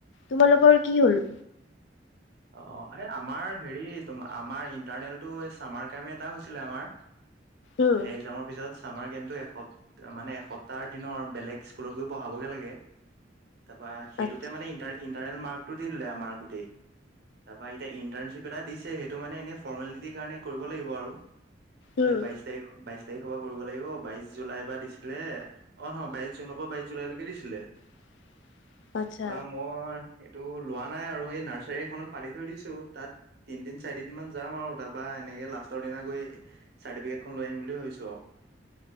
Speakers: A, on the left; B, on the right.
A: তোমালোকৰ কি হল‌?
B: অ এই আমাৰ হেৰি আমাৰ ইণ্টাৰনেলটো চামাৰ কামে এটা হৈছিলে আমাৰ। এ
A: উম,
B: এক্জামৰ পিছত। চামাৰ গেমটো এস মানে এসপ্তাহ দিনৰ বেলেগ স্কুলত গৈ পঢ়াবগে লাগে। তাৰপৰা সেইটোতে
A: আচ্ছা
B: মানে ইণ্টাৰনেল মাৰ্কটো দি দিলে আমাৰ গোটেই। তাৰপা এতিয়া ইণ্টাৰ্ণশ্বিপ এটা দিছে। সেইটো মানে এনে ফৰ্মেলিটিৰ কাৰণে কৰিব লাগিব আৰু।
A: উম,
B: এই বাইশ তাৰিখ বাইশ। তাৰিখৰ পৰা কৰিব লাগিব। বাইশ জুলাইৰ পৰা দিছিলে। অ নহয় বাইশ জুনৰ পৰা বাইশ জুলাইলৈকে দিছিলে।
A: <inaudible> আচ্ছা।
B: তপৰা মই এইটো লোৱা নাই আৰু এই নাৰ্চ। সেইখনত পাতি থৈ দিছো। তাত তিন দিন চাৰি দিন মান যাম আৰু তাপা এনেকে লাষ্টৰ দিনা গৈ। চাৰ্টিফিকেটখন লৈ আহিম বুলি ভাবিছো আৰু।